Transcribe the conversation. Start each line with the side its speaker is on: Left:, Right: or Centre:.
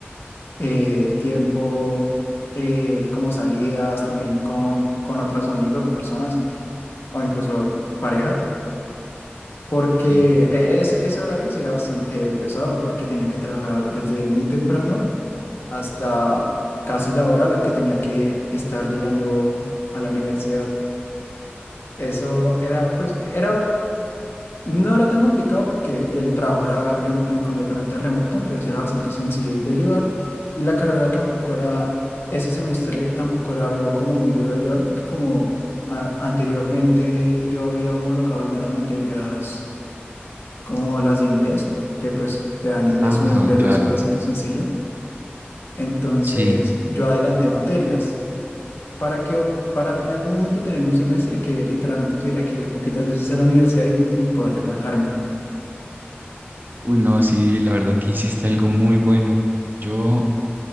Left: eh, tiempo, eh, como salidas también con, con otros amigos o personas, o incluso parejas, porque
Right: Sí.
Left: eh, ese, ese horario sí era bastante pesado, porque tenía que trabajar desde muy temprano hasta casi la hora a la que tenía que estar llegando a la universidad. Eso era, pues, era No era tan complicado porque el trabajo era rem- eh, completamente remoto, entonces era bastante sencillo de llevar y la carrera tampoco era, ese semestre tampoco era algo como muy duro de llevar porque como ah, anteriormente yo había homologado algunas materias como las de inglés, que pues te dan inglés
Right: Ah,
Left: uno inglés
Right: claro.
Left: 2 y es bastante sencillo. Entonces
Right: Sí.
Left: yo adelanté materias para que o- para en algún momento tener un semestre que literalmente tuviera que ir poquitas veces a la universidad y, y poder relajarme.
Right: Uy, no, sí, la verdad que hiciste algo muy bueno. Yo